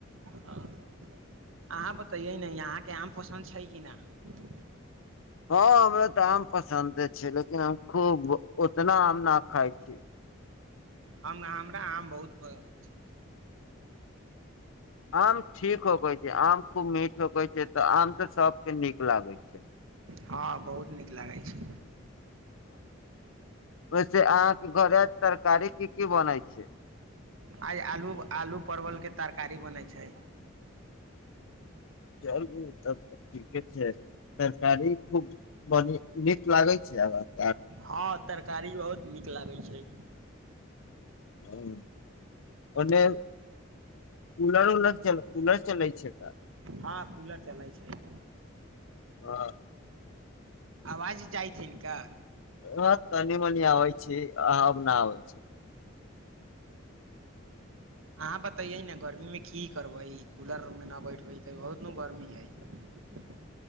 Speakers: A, on the right; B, on the left.
A: हँ अहाँ बतैयै ने अहाँके आम पसन्द छै कि नहि
B: हँ हमरा तऽ आम पसन्दे छै लेकिन हम खूब ओतना आम नहि खाइ छी
A: हम हमरा आम बहुत पसन्द छै
B: आम ठीक होकै छै आम खूब मीठ होक छै तऽ आम तऽ सभके नीक लागैत छै
A: हँ बहुत नीक लागै छै
B: ओहिसँ अहाँके घर तरकारी की की बनैत छै
A: आइ आलू आलू परवलके तरकारी बनै छै
B: चलू तब ठीके छै तरकारी खूब बढ़ि नीक लागै छै आ
A: हँ तरकारी बहुत नीक लागै छै
B: हु और नइ इ कूलर उलर च कूलर चलै छै का
A: हँ कूलर चलै छै
B: हँ
A: आवाज जाइतथिन काऽ
B: हँ तनी मनी आबै छै आब न आबै छै
A: अहाँ बतैयै न गर्मीमे की करबै कूलरमे न बैठबै तऽ बहुत न गर्मी हइ